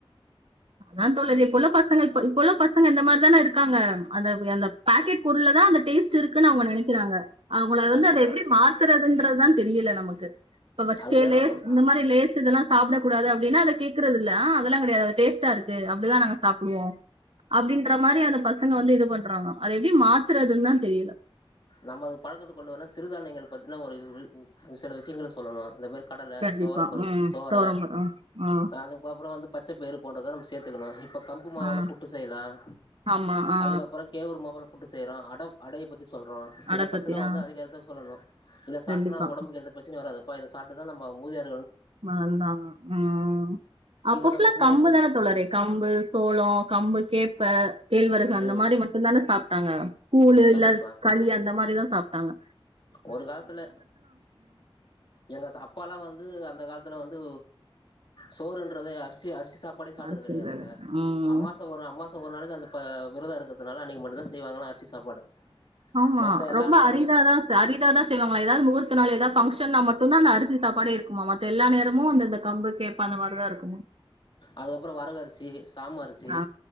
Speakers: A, on the right; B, on the left.
A: அதான் தோழரே இப்ப உள்ள பசங்க இப்ப உள்ள பசங்க இந்த மாரிதானே இருக்காங்க அந்தவுப் அந்த பாக்கெட் பொருள தான் அந்தடேஸ்ட் இருக்குன்னு அவுங்க நினைக்கிறாங்க அவங்கள
B: கண்டிப்பா
A: வந்து அத எப்டி மாத்துறதுன்றதுதான் தெரியல நமக்கு இப்ப ஃபர்ஸ்ட்
B: அதுக்குதா
A: லேஸ்
B: நா சொல்
A: இந்த
B: அ
A: மாரி லேஸ் இதெல்லாம் சாப்ட கூடாது அப்டினா அத கேடக்குறதுல்ல ஆஹ் அதல்லாம் கிடையாது டேஸ்ட்டா இருக்கு அப்டிதான் நாங்க சாப்டுவோம் அப்டின்ற மாரி அந்த பசங்க வந்து இது பண்றாங்க அத எப்டி மாத்துறதுன்னு தான் தெரியல
B: நம்ம அது பழக்கத்தைக்கு கொண்டு வரன்னா சிறுதானயங்கள பத்தினா ஒரு <unintelligible> சில விஷயங்கள சொல்லலாம் இந்த மாரி கடல
A: கண்டிப்பா
B: தோரபருப்பு
A: உம்
B: தோர
A: தோரம்பரம் ஆ
B: அதுக்கப்பறம் வந்து பச்சைப்பயறு போன்றத நம்ம சிக் சேர்த்தக்கணும் இப்ப கம்பு மாவுல
A: ஆ
B: புட்டு செய்யலாம்
A: ஆமா ஆ
B: அதுக்கப்பறம் கேவுரு மாவுல புட்டு செய்றோம் அடப் அடைய பத்தி சொல்றோம்
A: அடப்பத்தி
B: இதை பத்தின
A: ஆ
B: வந்து அதிக ஹெல்த்த சொல்லனும் இதை சாப்ட்னா
A: கண்டிப்பா
B: உடம்புக்கு எந்த பிரச்சனைையும் வராது அப் பா இத சாப்ட்டு தா நம்ப மூதியார்
A: ப்ப வந்தாங்க‌ உம் அப்ப
B: இத
A: ஃபுல்ல
B: நம்ம சின்ன
A: கம்பு
B: வயசுல
A: தானே தொழறே கம்பு சோளோ கம்பு கேப்ப கேழ்வரகு அந்த
B: ம்
A: மாரி ப்டிதானே சாப்ட்டாங்க கூழு
B: கண்டிப்பா
A: இல்ல களி அந்த மாரிதா சாப்ட்டாங்க
B: ஒரு காலத்துல எங்க தாப்பாலா வந்து அந்த காலத் துல வந்து சோர் என்றதே அரிசி அரிசி சாப்பாடே சாப்ட்டதுகிடையாதங்க
A: அரசுன்றது உம்
B: அம்மாச ஒரு அம்மாச ஒரு நாளைக்கு அந் ப விர்தம் இருக்கறனால அன்னைக்கு மட்டு தா செய்வாங்களலா அரிசி சாப்பாடு
A: ஆமா
B: மத்த எல்லா
A: ரொம்ப
B: நாளுமே
A: அரிதாதா அரிதா தா செய்வாங்கள ஏதாது முகூர்த்த நாளு ஏதாது பஃங்ஷன்னா மட்டும்தா அரிச சாப்பாடு இருக்குமா மித்த எல்லா நேரமு அந்த கம்பு கேப்ப அந்த மாரி தா இருக்கு
B: அதுக்கப்றோ வரகரிசி சாமரிசி
A: ஆ.